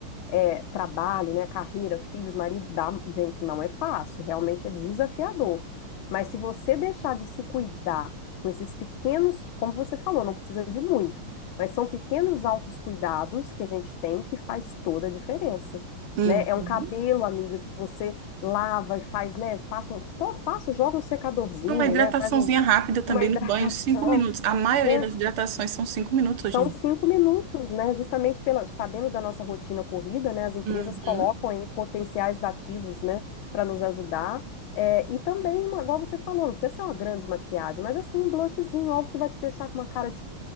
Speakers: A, on the left; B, on the right.
A: é, trabalho, né, carreira, filhos, marido, dá, gente, não é fácil, realmente é desafiador. Mas se você deixar de se cuidar com esses pequenos, como você falou, não precisa de muito, mas são pequenos altos cuidados que a gente tem que faz toda a diferença.
B: Uhum.
A: Né? É um cabelo, amiga, que você lava e faz, né? Passa, um, to- passa, joga um secadorzinho,
B: Uma hidrataçãozinha
A: né? Faz um-
B: rápida também
A: uma hidratação,
B: no banho, cinco minutos. A maioria
A: né?
B: das hidratações são cinco minutos
A: São
B: hoje em dia.
A: cinco minutos, né? Justamente pela, sabendo da nossa rotina corrida, né? As empresas
B: Uhum.
A: colocam aí potenciais ativos, né? Para nos ajudar. É, e também, uma- igual você falou, não precisa ser uma grande maquiagem, mas assim, um blushzinho, algo que vai te deixar com uma cara de